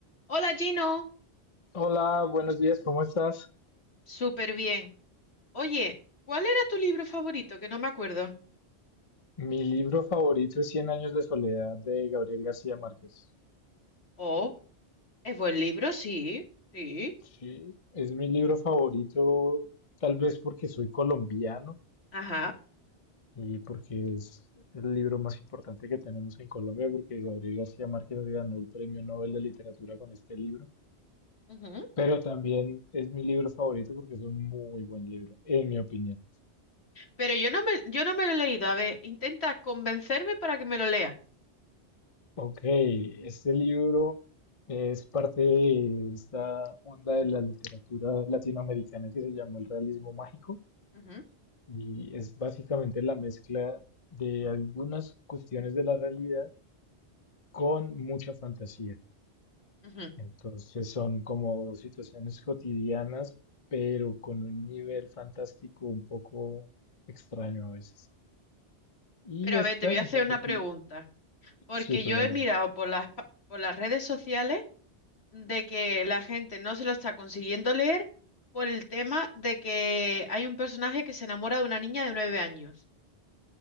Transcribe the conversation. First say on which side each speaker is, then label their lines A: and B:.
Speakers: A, on the left; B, on the left.
A: Hola Gino,
B: Hola, buenos días, ¿cómo estás?
A: súper bien. Oye, ¿cuál era tu libro favorito? Que no me acuerdo.
B: Mi libro favorito es Cien años de soledad de Gabriel García Márquez.
A: Oh, es buen libro, sí, sí,
B: Sí, es mi libro favorito, tal vez porque soy colombiano
A: ajá.
B: y porque es el libro más importante que tenemos en Colombia, porque Gabriel García Márquez ganó el Premio Nobel de Literatura con este libro.
A: ujú.
B: Pero también es mi libro favorito porque es un muy buen libro, en mi opinión.
A: Pero yo no me, yo no me lo he leído. A ver, intenta convencerme para que me lo lea.
B: Ok, este libro es parte de esta onda de la literatura latinoamericana que se llamó el realismo mágico
A: Ujú,
B: y es básicamente la mezcla de algunas cuestiones de la realidad con mucha fantasía.
A: ujú.
B: Entonces son como situaciones cotidianas, pero con un nivel fantástico un poco extraño a veces. Y
A: Pero
B: esta
A: a ver, te voy a
B: en
A: hacer
B: particular,
A: una pregunta, porque
B: sí, pregúntame.
A: yo he mirado por las, pa- por las redes sociales de que la gente no se lo está consiguiendo leer por el tema de que hay un personaje que se enamora de una niña de nueve años.